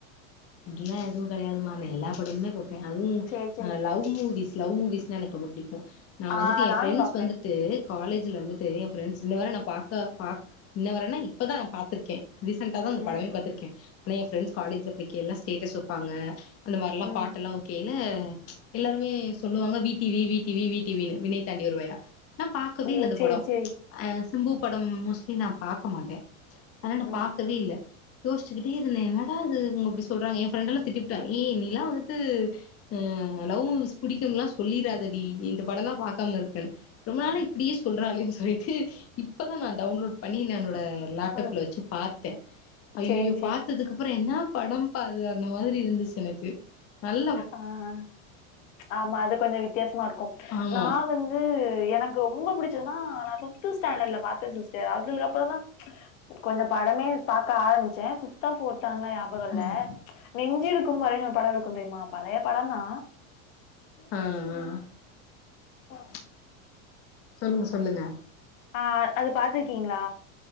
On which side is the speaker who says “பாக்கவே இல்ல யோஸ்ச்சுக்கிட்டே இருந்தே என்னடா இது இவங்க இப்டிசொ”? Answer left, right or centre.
Left